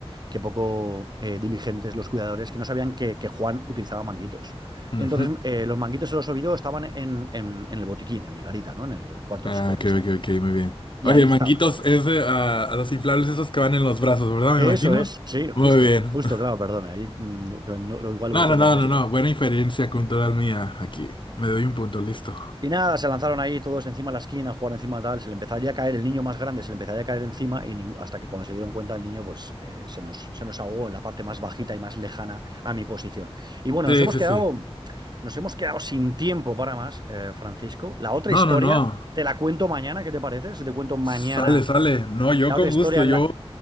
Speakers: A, on the right (about 40°); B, on the left (about 50°).
A: qué poco eh, diligentes los cuidadores que no sabían que, que Juan utilizaba manguitos.
B: Ujú.
A: Y entonces eh, los manguitos se los olvidó, estaban en, en en el botiquín, en mi garita, ¿no? En el cuarto
B: Ah,
A: del socorrista.
B: ok, ok, ok, muy bien.
A: Y
B: Oye,
A: ahí
B: manguitos,
A: estaban.
B: es de, ah, a los inflables esos que van en los brazos, ¿verdad?
A: Eso
B: Me imagino.
A: es, sí, justo,
B: Muy bien.
A: justo,
B: <laughs>
A: claro, perdona. Ahí, mm, que no- igual vosotros
B: No, no, no,
A: le llamáis
B: no,
A: de otra
B: no,
A: manera.
B: buena inferencia cultural mía aquí, me doy un punto, listo.
A: Y nada, se lanzaron ahí todos encima de la esquina, a jugar encima tal, se le empezaría a caer, el niño más grande se le empezaría a caer encima y nin- hasta que cuando se dieron cuenta el niño pues eh, se nos, se nos ahogó en la parte más bajita y más lejana a mi posición. Y bueno,
B: Sí,
A: nos hemos
B: sí,
A: quedado,
B: sí.
A: nos hemos quedado sin tiempo para más, eh, Francisco. La otra
B: No,
A: historia,
B: no, no.
A: te la cuento mañana, ¿qué te parece? Si te cuento mañana
B: Sale, sale. No, yo
A: la
B: con
A: otra historia
B: gusto.
A: en
B: Yo
A: la...